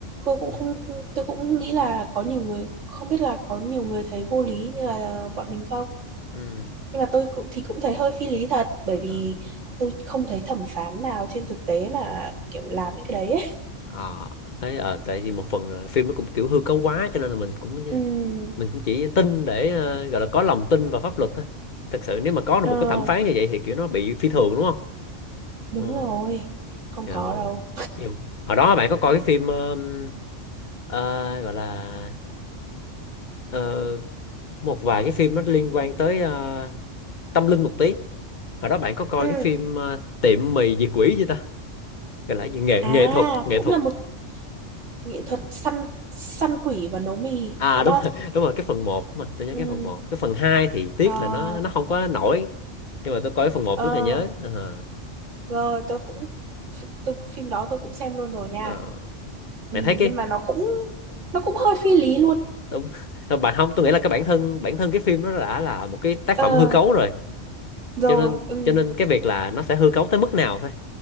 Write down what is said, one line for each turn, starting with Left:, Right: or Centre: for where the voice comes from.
Right: tôi cũng không tôi cũng nghĩ là có nhiều người không biết là có nhiều người thấy vô lý như là bọn mình không
Left: ừ
Right: nhưng mà tôi cũng thì cũng thấy hơi phi lý thật bởi vì
Left: ờ
Right: tôi không thấy thẩm phán nào trên thực tế mà kiểu làm những cái đấy ấy
Left: Ờ, thế ờ tại vì một phần là phim nó cũng kiểu hư cấu quá cho nên là mình cũng ờ,
Right: ừ
Left: mình cũng chỉ tin để ờ, gọi là có lòng tin vào pháp luật thôi thật sự nếu mà có được
Right: ờ,
Left: một cái thẩm phán như vậy thì kiểu nó bị phi thường đúng không
Right: đúng
Left: ừ
Right: rồi không
Left: trời
Right: có
Left: ơi
Right: đâu
Left: nhiều hồi đó bạn có coi cái phim ờm, ờ, gọi là ờ, một vài cái phim nó liên quan tới ờ, tâm linh một tí hồi đó bạn có coi
Right: ừ
Left: cái phim ờ, tiệm mì diệt quỷ chưa ta gọi là cái gì nghệ
Right: à
Left: nghệ thuật nghệ
Right: cũng
Left: thuật
Right: là một nghệ
Left: Ờ.
Right: thuật săn săn quỷ và nấu mì
Left: à
Right: đúng
Left: đúng
Right: không
Left: rồi đúng rồi cái phần một mà tôi nhớ
Right: ừ
Left: cái phần một cái phần 2 thì tiếc
Right: ờ
Left: là nó nó không quá nổi nhưng mà tôi coi cái phần một
Right: ờ
Left: rất là nhớ Ờ,
Right: rồi tôi cũng tôi, phim đó tôi cũng xem luôn rồi nha
Left: ờ.
Right: ừ,
Left: bạn
Right: nhưng
Left: thấy cái
Right: mà nó cũng nó cũng hơi phi lý luôn
Left: đúng <laughs> bạn không tôi nghĩ là cái bản thân bản thân cái phim nó đã là một cái tác
Right: ờ
Left: phẩm hư cấu rồi
Right: rồi
Left: cho nên
Right: ừ
Left: cho nên cái việc là nó sẽ hư cấu tới mức nào thôi